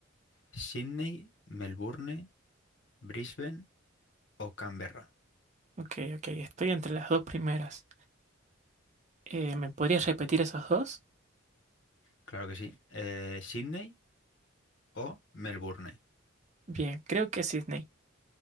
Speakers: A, on the left; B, on the right.
A: ¿Sydney, Melbourne, Brisbane o Canberra?
B: ok, ok. Estoy entre las dos primeras. Eh, ¿me podrías repetir esas dos?
A: Claro que sí. Eh, ¿Sydney o Melbourne?
B: Bien, creo que es Sydney.